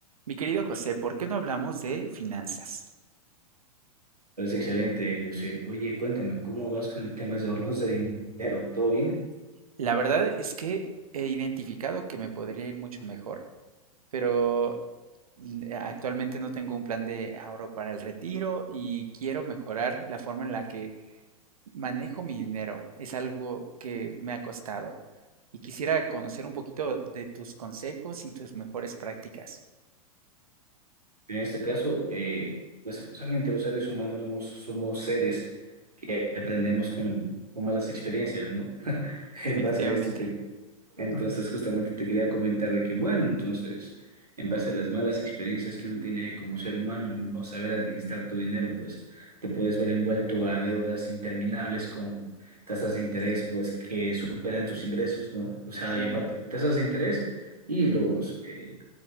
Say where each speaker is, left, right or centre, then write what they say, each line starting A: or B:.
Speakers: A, on the right; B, on the right.
A: Mi querido José, ¿por qué no hablamos de finanzas?
B: Parece excelente, Yosel. Oye, cuéntame, ¿cómo vas con el tema de ahorros de dinero? ¿Todo bien?
A: La verdad es que he identificado que me podría ir mucho mejor, pero l- actualmente no tengo un plan de ahorro para el retiro y quiero mejorar la forma en la que manejo mi dinero. Es algo que me ha costado y quisiera conocer un poquito de tus consejos y tus mejores prácticas.
B: En este caso, eh, lastimosamente los seres humanos somos, somos seres que aprendemos con, con malas experiencias, ¿no? <laughs>
A: Definitivamente.
B: En base a esto, te, Entonces, justamente te quería comentar de que, bueno, entonces, en base a las malas experiencias que uno tiene como ser humano, en no saber administrar tu dinero, pues te puedes ver envuelto a deudas interminables con tasas de interés, pues que superan tus ingresos, ¿no? O sea,
A: Ujú.
B: y aparte, tasas de interés y los, eh,